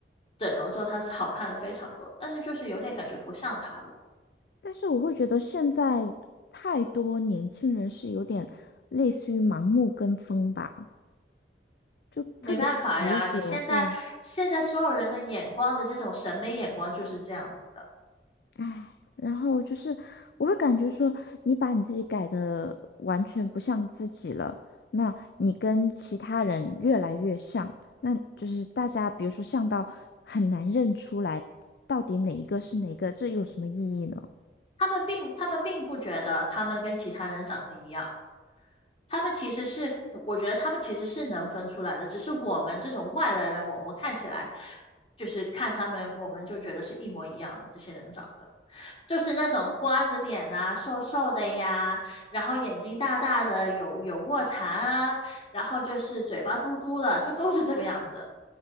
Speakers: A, on the left; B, on the left.
A: 整容之后，他好看了非常多，但是就是有点感觉不像他了。
B: 但是我会觉得现在太多年轻人是有点类似于盲目跟风吧，就特别执着，
A: 没办法呀，你现在现在所有人的眼光的这种审美眼光就是这样子的。
B: 对，唉，然后就是我会感觉说，你把你自己改的完全不像自己了，那你跟其他人越来越像，那就是大家比如说像到很难认出来到底哪一个是哪一个，这有什么意义呢？
A: 他们并他们并不觉得他们跟其他人长得一样，他们其实是，我觉得他们其实是能分出来的，只是我们这种外来人，我们看起来就是看他们，我们就觉得是一模一样的，这些人长得就是那种瓜子脸呐，瘦瘦的呀，然后眼睛大大的，有有卧蚕啊，然后就是嘴巴嘟嘟的，就都是这个样子。